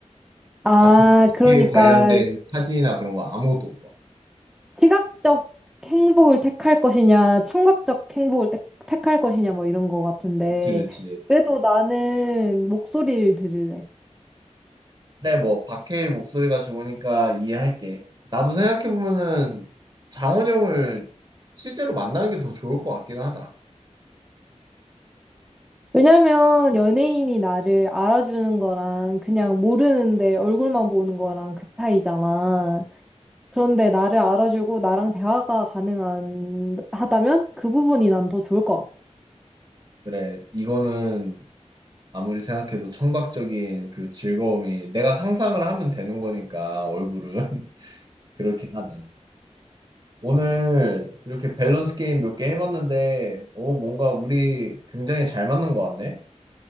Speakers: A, in the centre; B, on the right.
A: 아,
B: 아, 박해일
A: 그러니까
B: 관련된 사진이나 그런 거 아무것도 못 봐.
A: 시각적 행복을 택할 것이냐, 청각적 행복을 택, 택할 것이냐, 뭐 이런 거 같은데,
B: 그치, 그치.
A: 그래도 나는 목소리를 들을래.
B: 그래, 뭐, 박해일 목소리가 좋으니까 이해할게. 나도 생각해보면은 장원영을 실제로 만나는 게 더 좋을 것 같긴 하다.
A: 왜냐면 연예인이 나를 알아주는 거랑 그냥 모르는데 얼굴만 보는 거랑 그 차이잖아. 그런데 나를 알아주고 나랑 대화가 가능한, 하다면 그 부분이 난 더 좋을 것 같아.
B: 그래, 이거는 아무리 생각해도 청각적인 그 즐거움이 내가 상상을 하면 되는 거니까 얼굴은 <laughs> 그렇긴 하다. 오늘 이렇게 밸런스 게임 몇 개 해봤는데 오 뭔가 우리 굉장히 잘 맞는 것 같네.